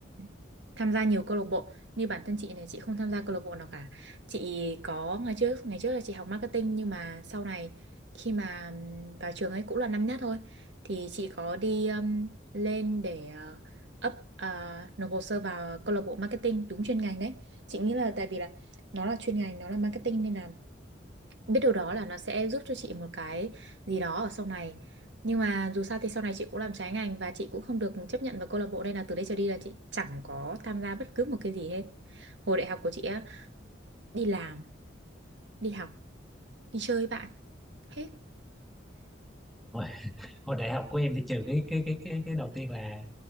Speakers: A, on the right (about 65°); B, in the centre.
A: <clears throat> tham gia nhiều câu lạc bộ như bản thân chị này chị không tham gia câu lạc bộ nào cả chị có ngày trước ngày trước là chị học marketing nhưng mà sau này khi mà ừm, vào trường ấy cũng là năm nhất thôi thì chị có đi ừm, lên để uh, up ờ, nộp hồ sơ vào câu lạc bộ marketing đúng chuyên ngành đấy chị nghĩ là tại vì là nó là chuyên ngành nó là marketing nên là biết điều đó là nó sẽ giúp cho chị một cái gì đó ở sau này nhưng mà dù sao thì sau này chị cũng làm trái ngành và chị cũng không được chấp nhận vào câu lạc bộ nên là từ đây trở đi là chị chẳng có tham gia bất cứ một cái gì hết hồi đại học của chị á đi làm đi học đi chơi với bạn hết
B: hồi, hồi đại học của em thì trừ cái cái cái cái cái đầu tiên là